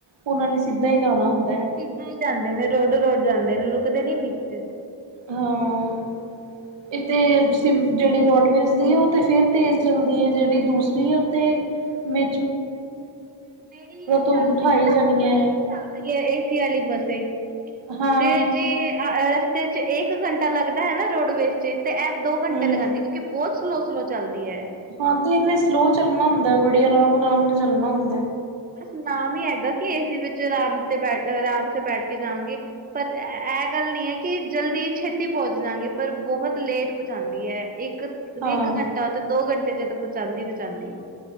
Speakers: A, on the right (about 80°); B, on the right (about 20°).
A: ਉਹਨਾਂ ਨੇ ਸਿੱਧਾ ਹੀ ਜਾਣਾ ਹੁੰਦਾ ਏ।
B: ਸਿੱਧਾ ਹੀ ਜਾਂਦੇ ਨੇ ਰੋਡ ਜਾਂਦੇ ਨੇ ਨੀ ਵਿੱਚ
A: ਹਾਂ।
B: ਹੂੰ
A: ਇਤੇ ਸ ਜਿਹੜੀ ਰੋਡਵੇਜ਼ ਦੀ ਹੈ ਉਹ ਤਾਂ ਫਿਰ ਤੇਜ਼ ਚੱਲਦੀ ਹੈ। ਜਿਹੜੀ ਦੂਸਰੀ ਹੈ ਉਤੇ ਮ
B: ਜਿਹੜੀ ਇਹ
A: ਤੋਂ
B: ਚੱਲ
A: ਬਿਠਾਈ
B: ਰਹੀ ਹੈ ਨਾ
A: ਜਾਣੀਆਂ
B: ਹੁਣ ਓਨੀ
A: ਹੈ
B: ਚੱਲ ਰਹੀ ਹੈ ਏਸੀ ਆਲੀ ਬੱਸੇ ਤੇ
A: ਹਾਂ
B: ਜੇ ਅ ਰਸਤੇ ਚ ਇੱਕ ਘੰਟਾ ਲੱਗਦਾ ਹੈ ਨਾ ਰੋਡਵੇਜ਼ ਚ ਤੇ ਐ ਦੋ ਘੰਟੇ
A: ਹਮ
B: ਲਗਾਉਂਦੀ ਕਿਉਂਕਿ ਬਹੁਤ ਸਲੋਅ ਸਲੋਅ ਚੱਲਦੀ ਏ।
A: ਹਾਂ ਤੇ ਇੰਨੇ ਸਲੋਅ ਚੱਲਣਾ ਹੁੰਦਾ ਬੜੀ ਆਰਾਮ-ਆਰਾਮ ਨਾਲ ਚੱਲਣਾ ਹੁੰਦਾ।
B: ਬਸ ਨਾਮ ਹੀ ਹੈਗਾ ਕਿ ਏ ਸੀ ਵਿੱਚ ਆਰਾਮ ਤੇ ਬੈਠ ਆਰਾਮ ਤੇ ਬੈਠ ਕੇ ਜਾਵਾਗੇ। ਪਰ ਇਹ ਗੱਲ ਨਹੀਂ ਹੈ ਕਿ ਜਲਦੀ ਛੇਤੀ ਪਹੁੰਚ ਜਾਗੇ ਪਰ ਬਹੁਤ ਲੇਟ ਪਹੁੰਚਾਉਂਦੀ ਹੈ ਇੱਕ
A: ਹਾਂ
B: ਇੱਕ ਘੰਟਾ ਤੇ ਦੋ ਘੰਟੇ ਜਦੋਂ ਪਚਾਂਦੀ-ਪਚਾਉਂਦੀ ਐ।